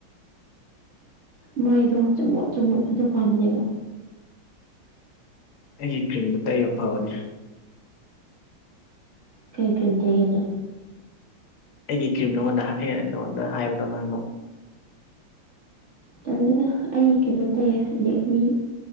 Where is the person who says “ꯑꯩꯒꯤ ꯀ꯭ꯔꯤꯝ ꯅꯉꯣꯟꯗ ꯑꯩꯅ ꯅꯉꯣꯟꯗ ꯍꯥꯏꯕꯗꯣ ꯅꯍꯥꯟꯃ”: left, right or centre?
Left